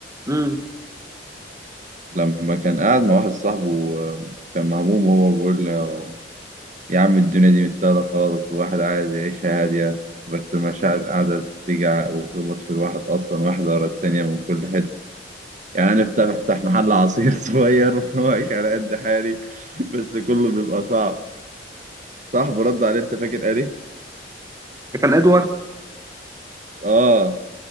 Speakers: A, on the right; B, on the right.
A: امم
B: لما كان قاعد مع واحد صاحبه آه، كان مهموم وهو بيقول له يا عم الدنيا دي مش سهله خالص الواحد عايز يعيشها هاديه بس المشاعر قاعده تيجي وتخبط في الواحد اصلا واحده ورا التانيه من كل حته يعني انا افتح افتح محل عصير <laughs> صغير واعيش على قد حالي بس كله بيبقى صعب صاحبه رد عليه انت فاكر قال ايه؟
A: كان إدوارد
B: اه